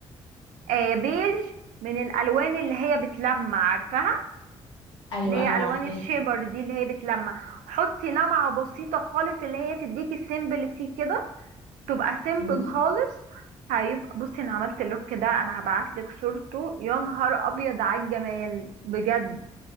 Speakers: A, on the right; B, on the left.
A: آه بيج من الالوان اللي هي بتلمع عارفاها
B: ايوه
A: اللي هي
B: ايوه
A: الوان
B: عارفاها
A: الشيبر
B: دي
A: دي اللي هي بتلمع حطي لمعة بسيطة خالص اللي هي تديكي سيمبلتي كده تبقى سيمبل
B: امم
A: خالص هيبقى بصي انا عملت اللوك ده انا هبعتلك صورته يا نهار ابيض على الجمال بجد